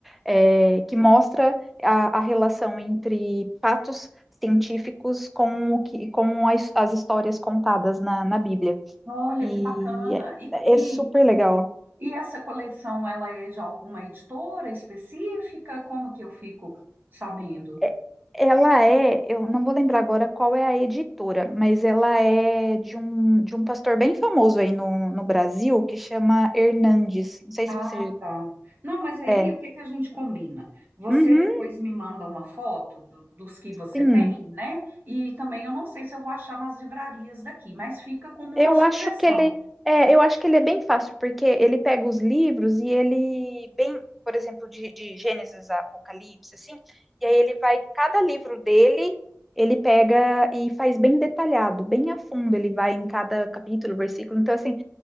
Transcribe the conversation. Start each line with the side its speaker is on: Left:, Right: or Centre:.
Centre: é, que mostra a, a relação entre fatos científicos com o que, com as, as histórias contadas na na Bíblia.
Right: Olha,
Centre: E
Right: que bacana.
Centre: é
Right: E, e,
Centre: é super legal.
Right: e essa coleção, ela é de alguma editora específica? Como que eu fico sabendo?
Centre: É- Ela é, eu não vou lembrar agora qual é a editora, mas ela é de um, de um pastor bem famoso aí no, no Brasil que chama Hernandes. Não sei
Right: Ah,
Centre: se você.
Right: tá. Não, mas aí
Centre: É.
Right: o que que a gente combina? Você
Centre: Uhum,
Right: depois me manda uma foto do- dos que você
Centre: sim.
Right: tem, né? E também eu não sei se eu vou achar nas livrarias daqui, mas fica como uma
Centre: Eu
Right: sugestão.
Centre: acho que ele é, eu acho que ele é bem fácil, porque ele pega os livros e ele bem, por exemplo, de, de Gênesis a Apocalipse, assim, e aí ele vai, cada livro dele, ele pega e faz bem detalhado, bem a fundo, ele vai em cada capítulo, versículo. Então, assim,